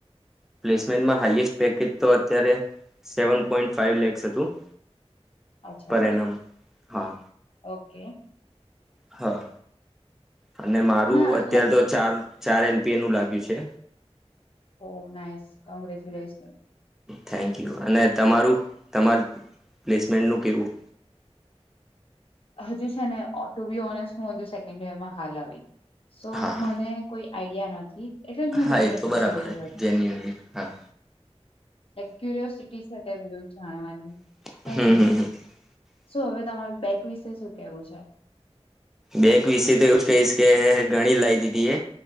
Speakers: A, in the centre; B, on the left.
A: પ્લેસમેન્ટમાં હાાઈએસ્ટ પેકેજ તો અત્યારે સેવન પોઈન્ટ ફાઈવ લેક્સ હતું.
B: અચ્છા
A: પર એનમ હા
B: ઓ કે
A: હા અને મારું
B: ના
A: અત્યારે
B: લાઈક
A: તો ચાર ચાર એલપી એ નું લાગ્યું છે.
B: ઓ નાઈસ કોન્ગ્રેચ્યુલેશન
A: થેન્કયુ અને તમારું તમાર પ્લેસમેન્ટનું કેવું
B: હજુ છે ને ઓ ટું બી ઓનસ હું હજુ સેકન્ડ ઈયરમાં હાલ આવી સો
A: હા હા
B: મને કોઈ આઈડિયા નથી એટલે જ હું
A: હા
B: તમને
A: એ તો
B: પૂછી
A: બરાબર
B: રહી
A: જેન્યુનલી હા
B: એક ક્યુરોયોસિટી બધું જાણવાની
A: હમ
B: કઈ નહી
A: હમ
B: શું હવે તમારું બેક વિશે શું કેવું છે
A: બેક વિશે તો એવું જ કહીશ કે ગણી લાવ દીધી એ